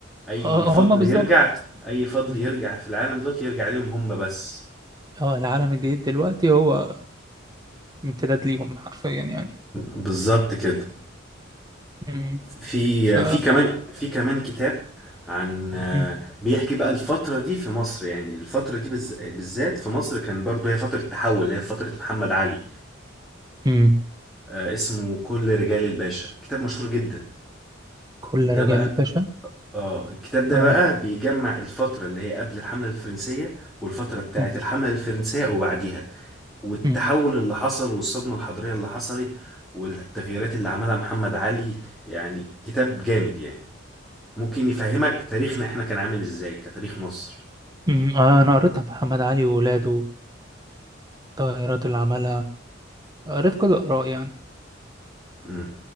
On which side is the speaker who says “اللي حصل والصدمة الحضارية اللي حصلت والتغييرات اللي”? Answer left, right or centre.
Centre